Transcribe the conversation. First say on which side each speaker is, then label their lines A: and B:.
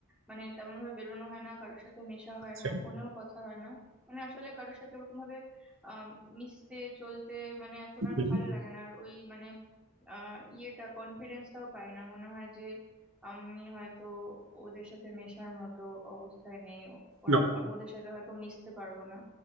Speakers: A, in the centre; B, on the right.
A: মানে তেমন ভাবে বেরোনো হয় না কারোর সাথে মেশা হয়
B: আচ্ছা,
A: না ফোনেও কথা হয় না মানে আসলে কারোর সাথে ওরকম ভাবে আহ মিশতে চলতে মানে এখন আর
B: হুম,
A: ভালো লাগে না আর ওই মানে আহ ইয়েটা কনফিডেন্সটাও পাই না মনে হয় যে আমি হয়তো ওদের সাথে মেশার মতো অবস্থায় নেই ওরা
B: না
A: আম- ওদের সাথে হয়তো মিশতে পারবো না